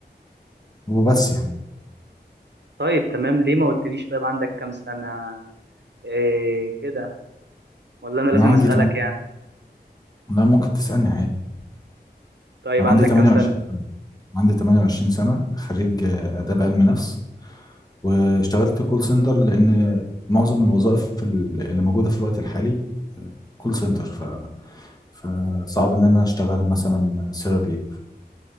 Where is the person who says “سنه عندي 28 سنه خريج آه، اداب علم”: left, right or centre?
Left